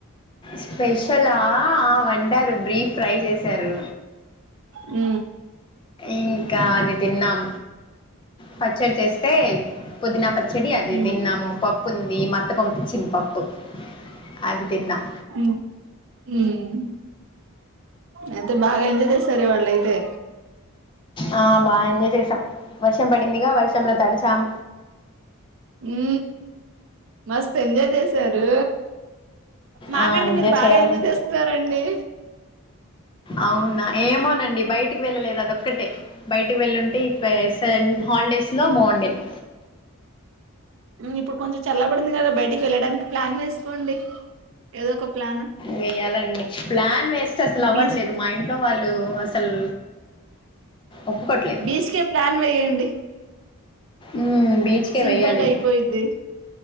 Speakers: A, on the left; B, on the right.
A: స్పెషలా వంటారు బ్రీఫ్ ఫ్రై చేశారు
B: ఉ
A: ఇంకా అది తిన్నాం పచ్చడి చేస్తే పుదీనా పచ్చడి అది
B: ఉమ్
A: తిన్నాము పప్పు ఉంది మాత్త పంపించింది పప్పు అది తిన్నాం
B: ఉమ్ ఉమ్ అయితే బాగా ఎంజాయ్ చేసారు ఇవాళ్ళయితే
A: ఆ బా ఎంజాయ్ చేశాం వర్షం పడిందిగా వర్షముంలో తడిచాం
B: ఉ మస్త్ ఎంజాయ్ చేసారు మాకంటే
A: ఆ
B: మీరు బాగా
A: చేయాలి
B: ఎంజాయ్ చేస్తున్నారండి
A: అవునా ఏమోనండి బయటకి వెళ్ళలేదు అదొక్కటే బయటకి వెళ్ళుంటే ఇ పే సన్ హాలిడేస్ లో బాగుండేద్
B: ఇప్పుడు కొంచెం చల్లబడింది కదా బయటికి వెళ్ళడానికి ప్లాన్ వేసుకోండి ఏదో ఒక ప్లాన్
A: వేయ్యాలండి ప్లాన్ వేస్తే అసలు అవ్వట్లేదు
B: బీచ్
A: మా ఇంట్లో వాళ్ళు అస్ సల్ ఒప్పుకోట్లేద్
B: బీచ్ కే ప్లాన్ వేయండి
A: ఉ బీచ్కే
B: సింపుల్
A: వెయ్యాలి
B: గా అయిపోయిద్ది